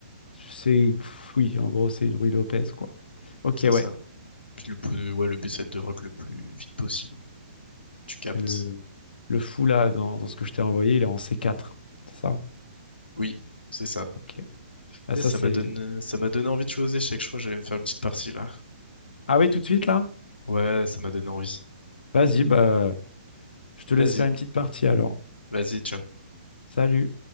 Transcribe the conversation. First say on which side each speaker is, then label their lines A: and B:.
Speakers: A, on the left; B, on the left.
A: c'est... pff, Oui, en gros, c'est une Ruy Lopez, quoi. Ok,
B: C'est
A: ouais.
B: ça. Puis le, plus- ouais, le but, c'est de rock le plus vite possible. Tu captes.
A: C'est le, le fou là dans, dans ce que je t'ai envoyé, il est en c quatre C'est ça?
B: Oui, c'est ça.
A: Ok. Ah,
B: Et
A: ça,
B: ça
A: c'est...
B: m'a donné, ça m'a donné envie de jouer aux échecs. Je crois que j'allais me faire une petite partie là.
A: Ah oui, tout de suite là?
B: Ouais, ça m'a donné envie.
A: Vas-y, bah, je te laisse
B: Vas-y,
A: faire une petite partie alors.
B: vas-y, ciao.
A: Salut.